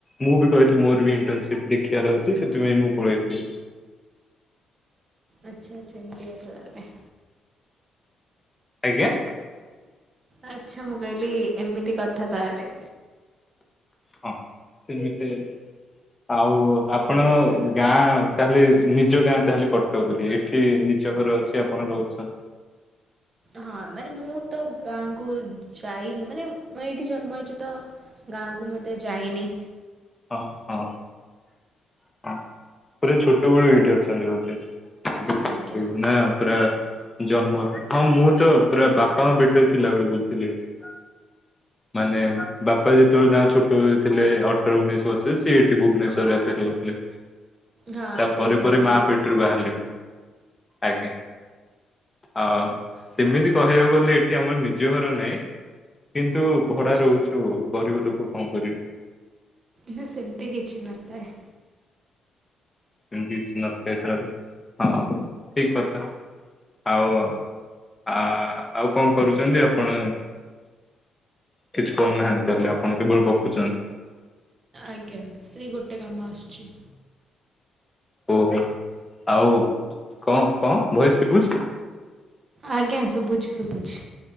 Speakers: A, on the left; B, on the right.
A: ମୁଁ ବି କହିଥିଲି ମୋର ବି ଇଣ୍ଟନସିପ୍ ଦେଖିବାର ଅଛି ସେଥିପାଇଁ ମୁଁ ପଳେଇଥିଲି।
B: ଆଚ୍ଛା ଆଚ୍ଛା ଏମିତି କଥା ତାହାଲେ।
A: ଆଜ୍ଞା।
B: ଆଚ୍ଛା ମୁଁ କହିଲି ଏମିତି କଥା ତାହେଲେ।
A: ହଁ ସେମିତି- ଆଉ ଆପଣ
B: ଭଲ ଭଲ
A: ଗାଁ ତାହେଲେ ନିଜ ଗାଁ ତାହେଲେ କଟକରେ ଏଠି ନିଜ ଘରେ ଅଛି ଆପଣ ରହୁଚନ୍ତି?
B: ହଁ ମାନେ ମୁଁ ତ ଗାଁକୁ ଯାଇନି ମାନେ ଏଇଠି ଜନ୍ମ ହେଇଚି ତ ଗାଁକୁ ମୁଁ ଏତେ ଯାଇନି।
A: ଓ ହୋ ପୁରା ଛୋଟ ବଳୁ ଏଇଠି ଅଛନ୍ତି ବୋଧେ? <inaudible>
B: ଆଜ୍ଞା
A: ନା ପୁରା ଜନ୍ମରୁ ହଁ ମୁଁ ତ ପୁରା ବାପାଙ୍କ ପେଟରେ ଥିଲା ବଳେ ବୁଲୁଥିଲି ଏଠି। ମାନେ ବାପା ଯେତେବେଳେ ତାଙ୍କ ଛୋଟ୍ <unintelligible> ଥିଲେ ଅଠର ଉଣେଇଶ <unintelligible> ସିଏ ଏଠି ଭୁବନେଶ୍ୱରରେ ଆସିି ରହୁଥିଲେ।
B: ହଁ
A: ତା
B: ସେମ୍
A: ପରେ
B: ମୋର
A: ପରେ ମା
B: ବି ସେଇଆ
A: ପେଟରୁ ବାହାରିଲି- ଆଜ୍ଞା। ଆଉ ସେମିତି କହିବାକୁ ଗଲେ ଏଠି ଆମର ନିଜ ଘର ନାହିଁ କିନ୍ତୁ ଭଡା
B: ଆଚ୍ଛା
A: ରହୁଚୁ ଗରିବ ଲୋକ କଣ କରିବୁ।
B: ନା ସେମିତି କିଛି ନଥାଏ।
A: ସେମିତି କିଛି ନଥାଏ <unintelligible> ହଁ ଠିକ୍ କଥା। ଆଉ ଆ- ଆଉ କଣ କରୁଚନ୍ତି ଆପଣ? କିଛି କରୁନାହାନ୍ତି ତାହେଲେ ଆପଣ କେବଳ ଗପୁଚନ୍ତି।
B: ଆଜ୍ଞା ସେଇ ଗୋଟେ କାମ ଆସିଚି।
A: ଓହୋ ଆଉ କଣ କଣ ଭଏସ୍ ଶୁବୁଚି?
B: ଆଜ୍ଞା ଶୁବୁଚି ଶୁବୁଚି।